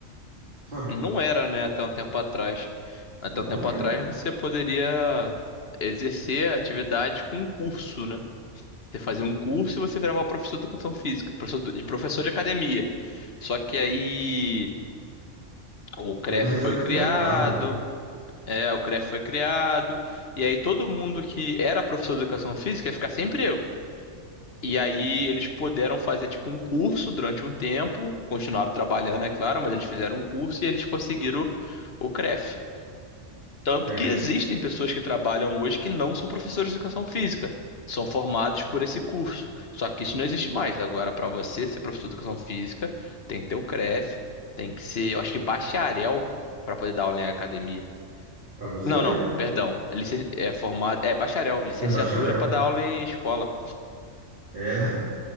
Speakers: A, on the right; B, on the left.
A: sabe?
B: Não era, né, até um tempo atrás. Até
A: Não
B: um tempo
A: era.
B: atrás você poderia exercer a atividade com um curso, né? Você fazia um curso e você virava professor de educação física, professor de, professor de academia. Só que aí o CREF
A: Teve a reserva
B: foi criado,
A: de mercado, né?
B: É, o CREF foi criado, e aí todo mundo que era professor de educação física ia ficar sem emprego. E aí eles puderam fazer tipo um curso durante um tempo, continuaram trabalhando, é claro, mas eles fizeram um curso e eles conseguiram o CREF. Tanto
A: É,
B: que existem pessoas que trabalham hoje que não são professores de educação física, são formados por esse curso. Só que isso não existe mais. Agora, para você ser professor de educação física, tem que ter o CREF, tem que ser, eu acho que bacharel para poder dar aula em academia.
A: para você
B: Não,
A: ver,
B: não,
A: né?
B: perdão. É, licen- é formado, é bacharel, licenciatura
A: É bacharel,
B: para dar aula em escola.
A: é, né?